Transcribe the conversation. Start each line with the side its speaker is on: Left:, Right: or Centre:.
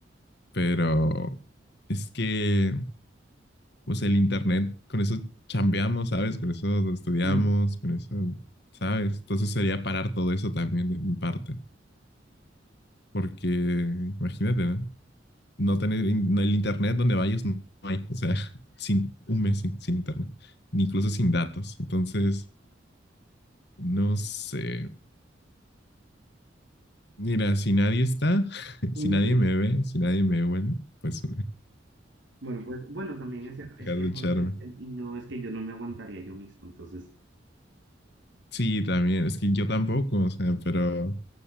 Left: pero es que, pues el internet, con eso chambeamos, ¿sabes? Con eso estudiamos,
Right: Ujú.
Left: con eso, ¿sabes? Entonces sería parar todo eso también de mi parte, porque imagínate, ¿no? No tener in- no, el internet donde vayas no hay, o sea, <laughs> sin un mes sin, sin internet, ni incluso sin datos. Entonces, no sé. Mira, si nadie está, <laughs> si
Right: Ujú.
Left: nadie me ve, si nadie me huele, pues
Right: Bueno, pues, bueno, también
Left: <laughs>
Right: es cierto,
Left: dejar
Right: es que
Left: de
Right: no,
Left: echarme.
Right: yo- no, es que yo no me aguantaría yo mismo, entonces,
Left: Sí, también, es que yo tampoco, o sea, pero,